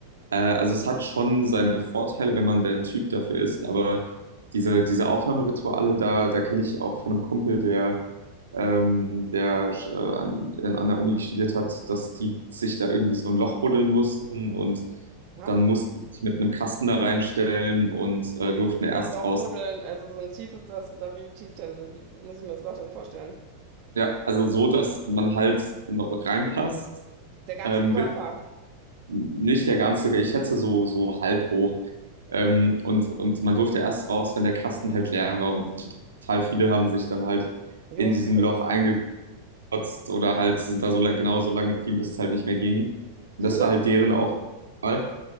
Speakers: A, on the right; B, on the right.
A: Äh, also es hat schon seine Vorteile, wenn man der Typ dafür ist, aber diese, diese Aufnahmerituale, da, da kenne ich auch von einem Kumpel, der, ähm, der äh, an, in- an der Uni studiert hat, dass die sich da irgendwie so ein Loch buddeln mussten und
B: Ja?
A: dann mussten sie sich mit einem Kasten da reinstellen und äh, durften erst
B: Wie ein Loch
A: raus.
B: buddeln, also so ein tiefes das, oder wie tief denn, wie muss ich mir das Loch denn vorstellen?
A: Ja, also so, dass man halt noch reinpasst,
B: Der ganze
A: ähm,
B: Körper,
A: mit nicht der ganze, ich schätze so, so halb hoch. Ähm, und, und man durfte erst raus, wenn der Kasten halt leer war und total viele haben sich dann halt
B: in die
A: in
B: Hose
A: diesem
B: gepisst.
A: Loch einge gekotzt oder halt sind da so lang, genau so lange geblieben, bis es halt nicht mehr ging. Und
B: <laughs>
A: das war halt deren Aufgabe.